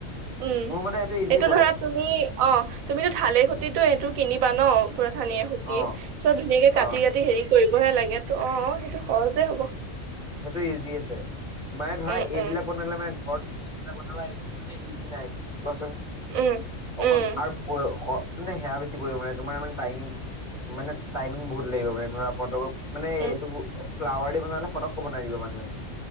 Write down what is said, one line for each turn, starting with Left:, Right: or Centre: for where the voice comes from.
Right: উম!
Left: মোৰ মতে সেইটো ইজি
Right: এইটো
Left: পৰে
Right: ধৰা তুমি অ তুমিতো থালে খুটিতটো সেইটো কিনিবা ন পুৰা থানিয়ে খুটি
Left: অ
Right: চব ধুনীয়াকে
Left: অ
Right: কাটি কাটি হেৰি কৰিবহে লাগে ত অ অ সেইটো সহজে হব।
Left: সেইটো ইজি আছে মানে ধৰা
Right: উম
Left: এইবিলাক
Right: উম
Left: বনালে মানে ঘৰত যোনবিলাক বনাবা এইবিলাক মানে ইজি নাই কোৱাচোন
Right: উম
Left: অ
Right: উম
Left: আৰু মানে সেয়া বেছি পৰি মানে তোমাৰ মানে টাইমিং মানে টাইমিং বহুত লাগিব মানে ধৰা ফটক মানে এইটো
Right: উম
Left: ফ্লাৱাৰ দি বনালে ফটককো বনাই দিব মানুহে,